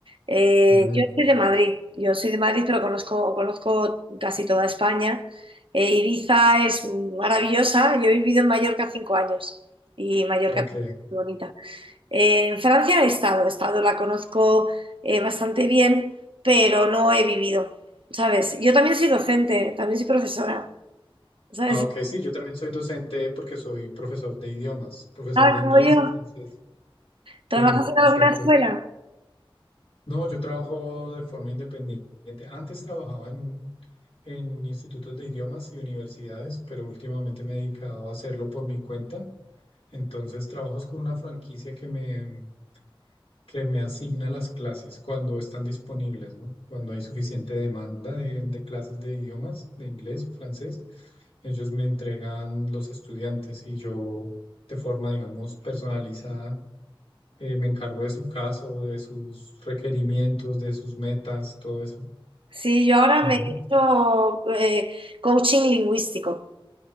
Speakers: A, on the right (about 70°); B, on the left (about 85°).
A: Eh,
B: Mm,
A: yo soy de Madrid, yo soy de Madrid, pero conozco, conozco casi toda España. Eh, Ibiza es maravillosa, yo he vivido en Mallorca cinco años y Mallorca
B: ok.
A: es muy bonita. Eh, en Francia he estado, he estado, la conozco eh, bastante bien, pero no he vivido, ¿sabes? Yo también soy docente, también soy profesora, ¿sabes?
B: Ah, ok, sí, yo también soy docente porque soy profesor de idiomas, profesor
A: Ah,
B: de inglés
A: como yo,
B: y francés.
A: ¿trabajas
B: Sí,
A: en
B: exacto.
A: alguna escuela?
B: No, yo trabajo de forma independiente. Antes trabajaba en, en institutos de idiomas y universidades, pero últimamente me he dedicado a hacerlo por mi cuenta. Entonces trabajo con una franquicia que me, que me asigna las clases cuando están disponibles, ¿no? Cuando hay suficiente demanda de, de clases de idiomas, de inglés, francés, ellos me entregan los estudiantes y yo de forma, digamos, personalizada, eh, me encargo de su caso, de sus requerimientos, de sus metas, todo eso.
A: Sí, yo ahora
B: Ujú.
A: me he hecho eh, coaching lingüístico,